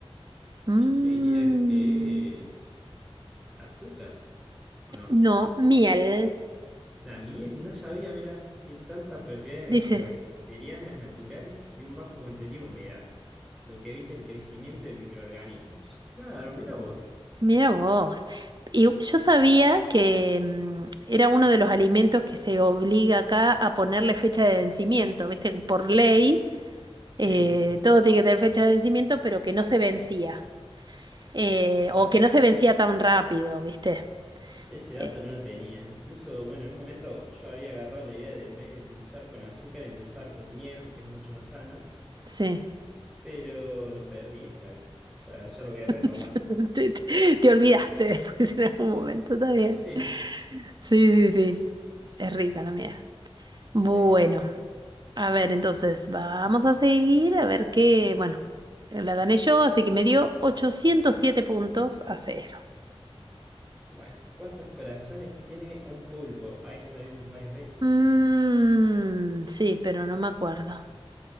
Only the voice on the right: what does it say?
Mm,
no, miel.
Dice,
Mira vos. Y yo sabía que mm, era uno de los alimentos que se obliga acá a ponerle fecha de vencimiento, ¿viste? Por ley, eh,
todo tiene que tener fecha de vencimiento, pero que no se vencía. Eh,
o que no se vencía tan rápido, ¿viste?
Eh,
sí.
<laughs> Te, te- te olvidaste <laughs> después en algún momento, está bien.
Sí, sí, sí. Es rica la miel. Bueno.
A ver, entonces vamos a seguir a ver qué, bueno, la gané yo, así que me dio 807 puntos a cero.
Mm, sí, pero no me acuerdo.